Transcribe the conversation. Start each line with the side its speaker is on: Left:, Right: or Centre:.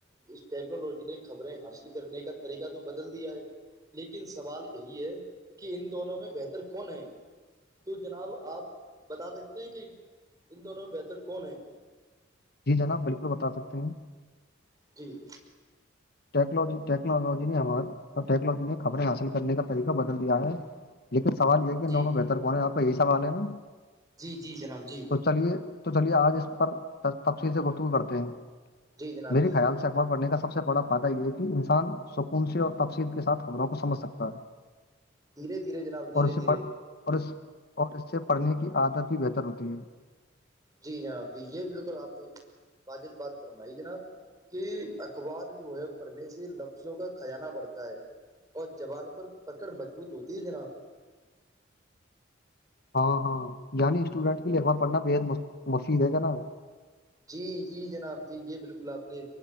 Right: اس ٹیکنالوجی نے خبریں حاصل کرنے کا طریقہ تو بدل دیا ہے لیکن سوال یہی ہے کہ ان دونوں میں بہتر کون ہے تو جناب آپ بتا سکتے ہیں کہ ان دونوں میں بہتر کون ہیں
Left: جی جناب بالکل بتا سکتے ہیں
Right: جی
Left: ٹیکنجی ٹیکنجی نہیں ہمار اب ٹیکنالوجی نے خبریں حاصل کرنے کا طریقہ بدل دیا ہے لیکن سوال یہ ہے کہ
Right: جی
Left: دونوں بہتر کونے آپ کا یہی سوال ہے نا
Right: جی جی جناب جی
Left: تو چلیے تو چلیے آج اس پر تفصیلیں گفتگو کرتے ہیں
Right: جی جناب
Left: میرے
Right: جی
Left: خیال سے اخبارڑنے کا سب سے بڑا فائدہ یہ ہے کہ انسان سکون سے اور تفصیل کے ساتھ خبروں کو سمجھ سکتا ہے
Right: دھیرے دھیرے جناب دھیرے
Left: اور اسے
Right: دھیرے
Left: پڑھ اور اس اور اس سے پڑھنے کی عادت بھی بہتر ہوتی ہے
Right: جی جناب جی یہ بالکل آپ نے واجد بات فرمائی جناب کہ اخبار جو ہے پڑھنے سے لفظوں کا خزانہ بڑھتا ہے اور جوبان پر پکڑ مضبوط ہوتی ہے جناب
Left: ہاں ہاں یعنی اسٹوڈینٹ کی لھبا پڑھنا بے حد مفید ہے کیا نا
Right: جی جی جناب جی یہ بالکل آپ نے